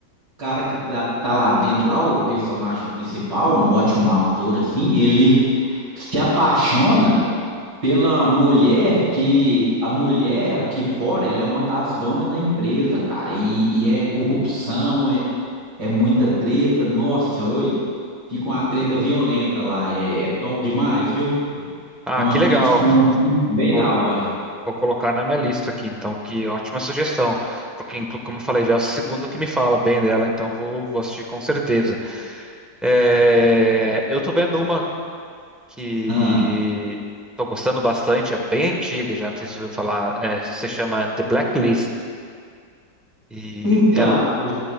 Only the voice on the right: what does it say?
cara que tá, tá lá dentro, lá, o personagem principal, um ótimo ator, assim, ele se apaixona pela mulher que a mulher aqui fora, ela é uma das donas da empresa, cara, e, e é corrupção, é, é muita treta, nossa senhora, oi, fica uma treta violenta lá, é, é top demais, viu?
É uma
ficção,
assim, bem
da hora.
Ah,
então,
eu,